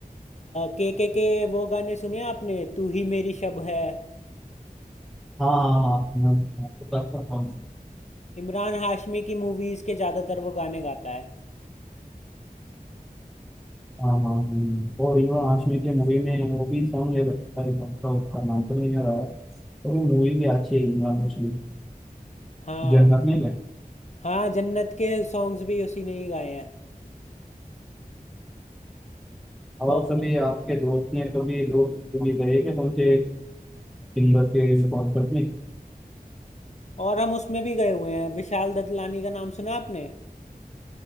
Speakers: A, on the left; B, in the centre.
A: के के के वो गाने सुने आपने तू ही मेरी शब है
B: हाँ हाँ हाँ हाँ हाँ, तो अच्छा कौन से
A: इमरान हाशमी की मूवीज़ के ज़्यादातर वो गाने गाता है
B: हाँ हाँ, हाँ। हाँ। और यू नो आशमी की मूवी में वो भी सॉन्ग है लगता है कौन सा उसका नाम तो नहीं आ रहा है तो वो मूवी भी अच्छी है इमरान हाशमी की,
A: हाँ
B: जन्नत नहीं है
A: हाँ जन्नत के सॉन्ग्स भी उसी ने ही गाए हैं
B: और
A: और
B: सभी आपके दोस्त ने कभी दोस्त कभी गए कि कौन से सिंगर के कॉन्सर्ट में
A: और हम उसमें भी गए हुए हैं विशाल ददलानी का नाम सुना आपने